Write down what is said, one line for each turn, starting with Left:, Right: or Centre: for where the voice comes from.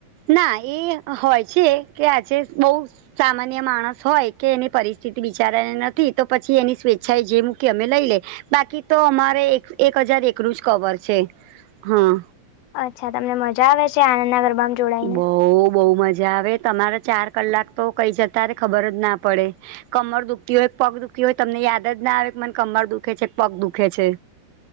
Right: ના એ હોય છે કે આજે બહુ સામાન્ય માણસ હોય. કે એની પરિસ્થિતિ બિચારાની નથી તો પછી એની સ્વેચ્છાએ જે મૂકી અમે લઈ લે. બાકી તો અમારે એક એક હજાર એકનું જ કવર છે હા.
Left: અચ્છા તમને મજા આવે છે આનંદના ગરબામાં? જોડાઈને
Right: બહુ બહુ મજા આવે. તમારે ચાર કલાક તો કઈ જતારે ખબર જ ના પડે. કમર દુખતી હોય, પગ દુખતી હોય તમને યાદ જ ના આવે કે મને કમર દુખે છે, પગ દુખે છે.